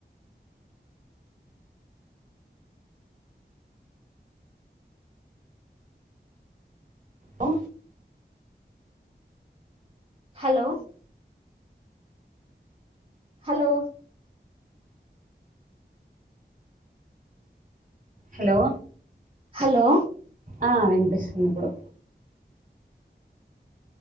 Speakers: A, on the right; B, on the right.
A: అ
B: హలో హలో
A: హలో
B: హలో.
A: ఆహ్ వినిపిస్తుంది ఇప్పుడు.